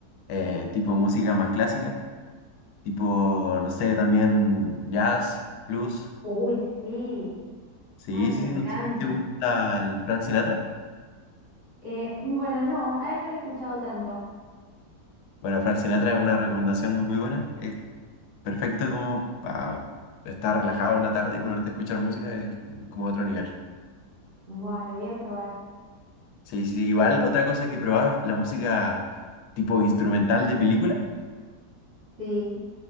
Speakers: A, on the left; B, on the right.
A: eh, tipo música más clásica, tipo, no sé, también jazz, blues.
B: Uy, sí.
A: Sí,
B: Ay, me
A: sí, sí,
B: encanta.
A: no sé si te gusta el Frank Sinatra.
B: Eh, bueno, no, a él no lo he escuchado tanto.
A: Bueno, Frank Sinatra es una recomendación muy buena. Es perfecto como para estar relajado una tarde y ponerte a escuchar música, es como otro nivel.
B: Buah, lo voy a probar.
A: Sí, sí, igual otra cosa que probaba es la música tipo instrumental de película.
B: Sí,